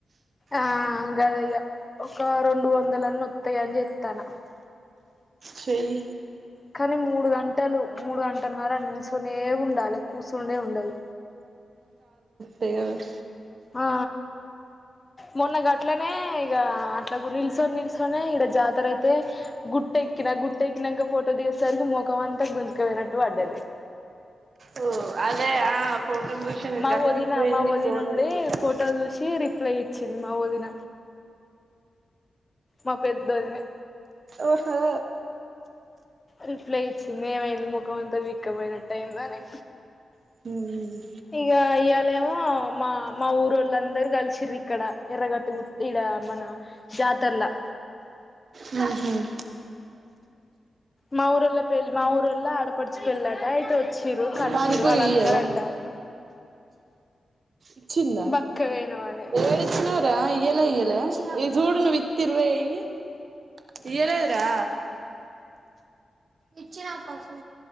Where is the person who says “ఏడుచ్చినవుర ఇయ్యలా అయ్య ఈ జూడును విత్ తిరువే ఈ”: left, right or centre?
Right